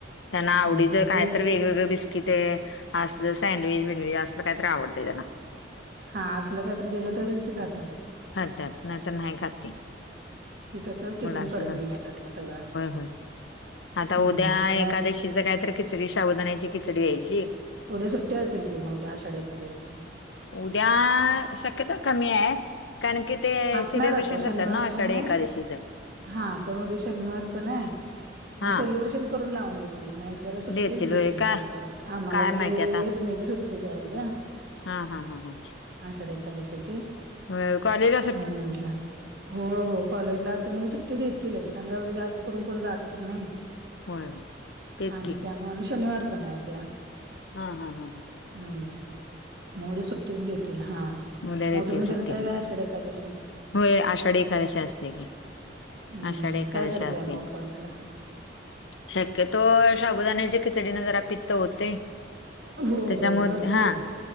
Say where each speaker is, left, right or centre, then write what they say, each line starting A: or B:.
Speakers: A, on the left; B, on the right.
A: त्यांना आवडीच
B: हम्म म्हणजे
A: काय तर वेगवेगळ बिस्- कि ते असल सँडविच बिंडविच असल काहीतरी आवडत त्यांना -
B: हा असलं काहीतरी दिलं तरच ते खातात.
A: खातात नाहीतर नाही तर नाही खात ती
B: ती तसच टिफिन
A: मलायच
B: परत
A: होय
B: घेऊन येतात मग सगळा
A: होय <inaudible> आता
B: हम्म
A: उद्या
B: मग
A: एकादशीच काय तरी खिचडी शाबुदानायची खिचडी या्यायची.
B: उद्या सुट्टी असेल कि मग उद्या आषाढी एकादशीचे.
A: उद्या शक्यता कमी आहे. कारण की ते
B: असणार
A: सेलेिब्रेशन
B: आता शनिवार
A: करतात ना आषाढी
B: पण आहे
A: एकादशीच.
B: हा पण उद्या शनिवार पण आहे
A: हा.
B: मग सेलिब्रेशन- करून लावून देतील, नाहीतर सुट्टीच
A: देतील होय
B: भेटेल
A: काय
B: मला तर वाटत आम्हाला
A: काय
B: तरी-
A: माहिती आता
B: मी बी सुुटी हाय ऊद्या
A: हा हा हा हा
B: आषाढ एकादशीची
A: होय कॉलेज अस
B: म्हणून म्हंटल हो कॉलेजला आता म्हणजे सुट्टी देतीलच, कारण का उद्या जास्त करून कोण जात पण नाही.
A: होय होय तेच
B: आणि
A: की
B: त्यामुळ आणि शनिवार पण आहे उद्या
A: हा हा हा हं
B: हम्म मग उद्या सुट्टीच देतील हा
A: मुलं देतील
B: मग तुम्ही
A: सुट्टी
B: धरताय
A: मग.
B: का आशाढ एकादशी
A: होय आषाढी एकादशी असत्या की-
B: हम्म
A: आषाढी एकादशी
B: काय करताय
A: असते.
B: मग उपवासाला?
A: शक्यतो शाबुदाण्याच्या खिचडीने जरा पित्त होतंय
B: होय
A: त्याच्यामुळ
B: होय भरपूर
A: हा